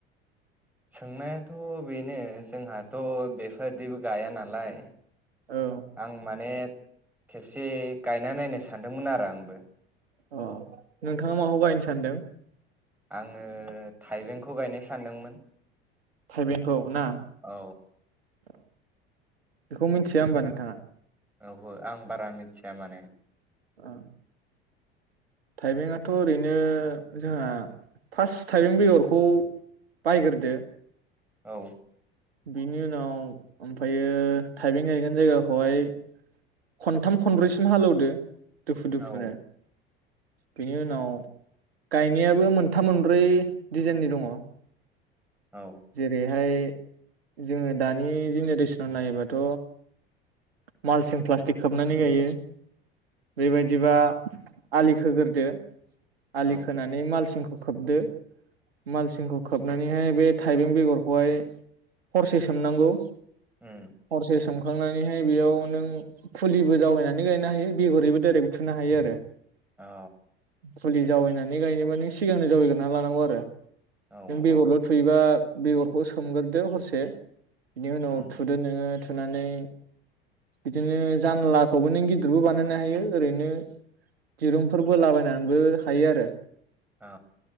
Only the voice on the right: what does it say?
औ
अ नोंथाङा माखौ गायनो सानदों?
थाइबेंखौ ना
औ बेखौ मिथिया होमबा नोंथाङा?
अ थाइबेंआथ' ओरैनो जोंहा फार्स्ट थाइबें बेगरखौ बायग्रोदो।
बिनि उनाव ओमफ्रायो थाइबें गायगोन जायगाखौहाय खनथाम खनब्रैसिम हालौदो दुफु दुफुनो
बेनि उनाव गायनायाबो मोनथाम मोनब्रै डिजाइननि दङ।
जेरैहाय जोङो दानि जेनेरेसनाव नायोबाथ' मालसिं प्ला <unintelligible> खोबनानै गायो बेबायदिबा आलि खोग्रोदो। आलि
खोनानै मालसिं खौ खोबदो मालसिंखौ खोबनानैहाय बे थाइबें बेगरखौहाय हरसे सोमनांगौ
हरसे सोम खांनानैहाय बेयाव नों फुलिबो जावैनानै गायनो हायो बेगरिबो डाइरेक्ट उथुनो हायो आरो।
फुलि जावैनानै गायनोबा नों सिगांनो जावैग्रोना लानांगौ आरो।
नों बेगरल'
थैयोबा बेगरखौ सोमग्रोरदो हरसे बिनि उनाव
थुदो नोङो थुनानै बिदिनो जानलाखौबो नों गिदिरबो बानायनो हायो ओरैनो दिरुंफोरबो बोलाबायनानैबो हायो आरो।